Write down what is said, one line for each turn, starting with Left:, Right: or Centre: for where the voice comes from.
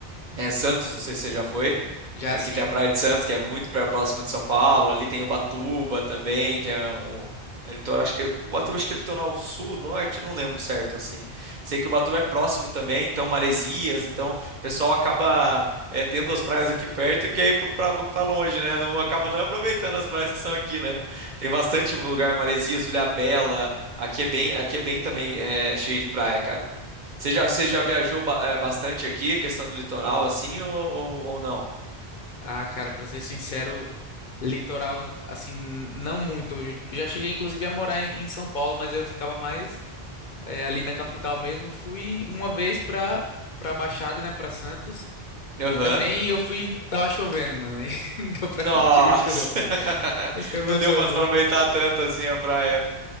Right: é Santos, não sei se você já foi.
Left: já
Right: Aqui
Left: assim,
Right: tem a Praia de Santos, que
Left: pô.
Right: é muito pra- próxima de São Paulo. Ali tem Ubatuba também, que é um. É litoral, acho que Ubatuba acho que é litoral sul, norte, eu não lembro certo assim. Sei que Ubatuba é próximo também, então Maresias, então o pessoal acaba é, tendo as praias aqui perto e quer ir pro- pra pra longe, né? Não acaba não aproveitando as praias que são aqui, né? Tem bastante lugar, Maresias, Ilhabela. Aqui é bem, aqui é bem também é, cheio de praia, cara. Você já, você já viajou ba- é, bastante aqui, questão de litoral assim ou, ou ou não?
Left: Ah, cara, pra ser sincero, litoral, assim, não muito. Eu já cheguei inclusive a morar em, em São Paulo, mas eu ficava mais. é, ali na capital mesmo. Fui uma vez pra, pra Baixada, né, pra Santos.
Right: Aham.
Left: E também eu fui, tava chovendo, mano, aí <laughs> não deu pra
Right: Nossa!
Left: curtir muito, não.
Right: <laughs>
Left: Esse foi
Right: Não
Left: meu
Right: deu
Left: zoando.
Right: pra aproveitar tanto assim a praia.